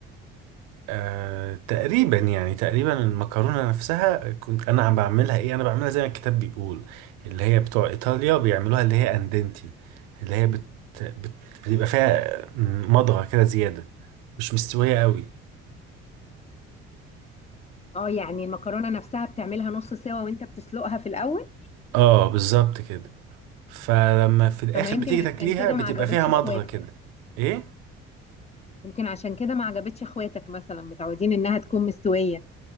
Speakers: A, on the right; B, on the left.
A: آه تقريبا يعني تقريبا المكرونة نفسها كنت أنا عم بعملها إيه أنا بعملها زي ما الكتاب بيقول اللي هي بتوع إيطاليا بيعملوها اللي هي أندنتي اللي هي بت... بت... بتبقى فيها مضغة كده زيادة مش مستوية قوي
B: اه يعني المكرونه نفسها بتعملها نص سوا وانت بتسلقها في الاول
A: اه بالظبط كده فلما في الآخر
B: طب ما يمكن
A: بتيجي
B: عشان
A: تاكليها
B: كده
A: بتبقى
B: ما عجبتش
A: فيها مضغة
B: اخواتك
A: كده إيه
B: يمكن عشان كده ما عجبتش اخواتك مثلا متعودين انها تكون مستويه